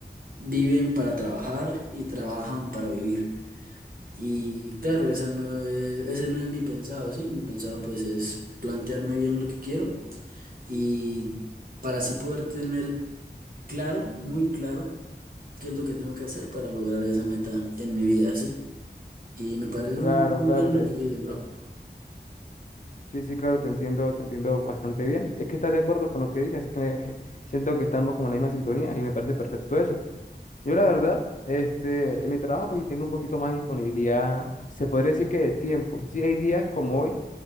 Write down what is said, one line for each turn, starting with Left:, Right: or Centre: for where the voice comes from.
Right: viven para trabajar y trabajan para vivir. Y claro, esa no es, ese no es mi pensado, ¿sí? Mi pensado pues es plantearme bien lo que quiero y para así poder tener claro, muy claro qué es lo que tengo que hacer para lograr esa meta en mi vida, ¿sí? Y me parece
Left: Claro,
Right: muy, muy
Left: claro,
Right: bien
Left: te,
Right: lo que dices, bro.
Left: sí, sí, claro, te entiendo, te entiendo bastante bien. Es que estás de acuerdo con lo que dije, así que me- siento que estamos como en la misma sintonía y me parece perfecto eso. Yo la verdad, este, en mi trabajo pues sí tengo un poquito más de disponibilidad, se podría decir que de tiempo. Sí, hay días como hoy